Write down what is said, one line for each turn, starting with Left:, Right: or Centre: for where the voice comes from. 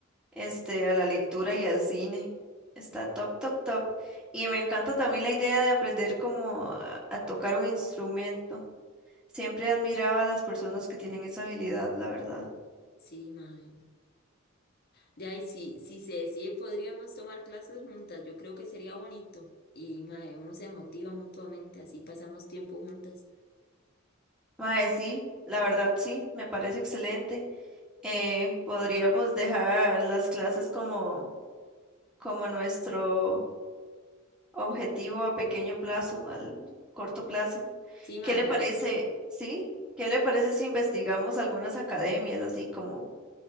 Centre: este, a la lectura y al cine. Está top, top, top. Y me encanta también la idea de aprender como a a tocar un instrumento. Siempre admiraba a las personas que tienen esa habilidad, la verdad.
Left: Sí, mae. De ahí, si, si se decide, podríamos tomar clases juntas. Yo creo que sería bonito. Y mae, uno se motiva mutuamente, así pasamos tiempo juntas.
Centre: Mae, sí, la verdad sí, me parece excelente. Eh, podríamos dejar las clases como, como nuestro objetivo a pequeño plazo, al corto plazo.
Left: Sí, mae,
Centre: ¿Qué le
Left: la
Centre: parece?
Left: verdad.
Centre: Sí, ¿qué le parece si investigamos algunas academias así como